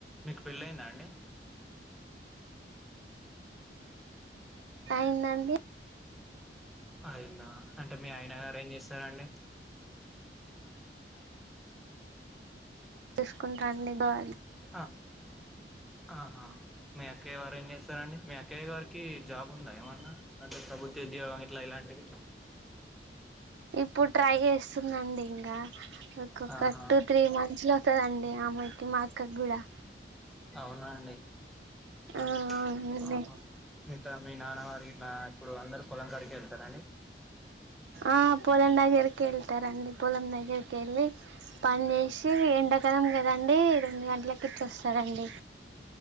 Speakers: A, in the centre; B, on the right.
A: మీకు పెళ్ళ అయిందా అండి <inaudible>
B: కాందండి
A: అవుంద అంటే మీ ఆయన అరేంజ్ చేస్తా సరండి
B: తీసుకుంటాండి గ
A: అ ఆహా మియక్క యవ్వారేంజేస్తాంది మి అక్కయ్యేగ. కి జాబుందా ఏమన్న అంటె ప్రభుత్య ఉద్యోగం ఇట్ల ఇలాంటివి.
B: ఇప్పుడ్ ట్రై చేస్తుందండి ఇంగ. ఒక్కొక్కట్టు
A: ఆహా
B: త్రీ మంత్స్లొ. తదండి ఆమాయ్కి మా అక్కక్ గూడా.
A: ఔనా అండి.
B: ఆ
A: అ
B: అవునండి
A: ఆహ మితా మీ నాన్న వారికి. నా ఇప్పుడు అందరు పొలంకాడికెళ్తారా అండి.
B: ఆ పొలం దగ్గరికెళ్తరండి పొలం దగ్గరికెళ్ళి పన్జేషి ఎండక్. త్యామ్ గదండి <unintelligible> ల కిడ్సొస్తారండి.